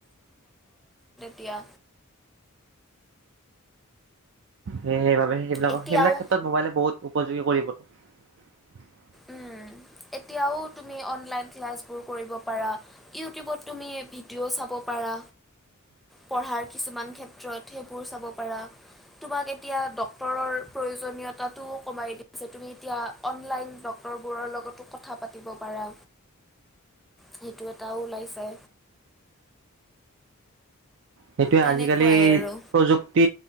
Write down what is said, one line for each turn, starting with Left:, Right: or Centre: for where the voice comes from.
Centre: দিয়া
Right: সেই সেইবাবে সেইবিলাক
Centre: এতিয়াও
Right: সেইবিলাক ক্ষেত্ৰত মোবাইলে বহুত উপযোগী কৰি <unintelligible>
Centre: উম, এতিয়াও তুমি অনলাইন ক্লাছবোৰ কৰিব পাৰা ইউটিউবত তুমি ভিডিঅ' চাব পাৰা পঢ়াৰ কিছুমান ক্ষেত্ৰত সেইবোৰ চাব পাৰা তোমাক এতিয়া ডক্তৰৰ প্ৰয়োজনীয়তাটোও কমাই দিছে তুমি এতিয়া অনলাইন বোৰৰ লগত কথা পাতিব পাৰা সেইটো এটাও ওলাইছে
Right: সেইটো
Centre: তেনেকুৱাই
Right: আজিকালি
Centre: আৰু
Right: প্ৰযুক্তি